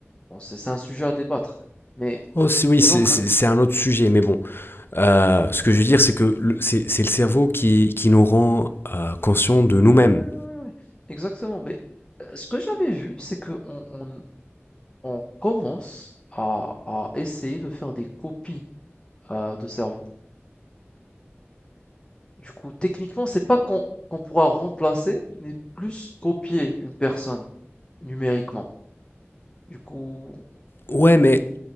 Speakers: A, on the left; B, on the left.
A: Bon, c'est c'est un sujet à débattre. Mais
B: Oh, oui,
A: disons
B: c'est-
A: que
B: c'est c'est un autre sujet, mais bon. Euh, ce que je veux dire, c'est que le- c'est c'est le cerveau qui, qui nous rend euh, conscients de nous-mêmes.
A: oui, oui, oui, oui, exactement. Mais euh, ce que j'avais vu, c'est que on, on- on commence à, à essayer de faire des copies euh, de cerveau. Du coup, techniquement, c'est pas qu'on qu'on pourra remplacer, mais plus copier une personne numériquement. Du coup,
B: Ouais,
A: euh,
B: mais,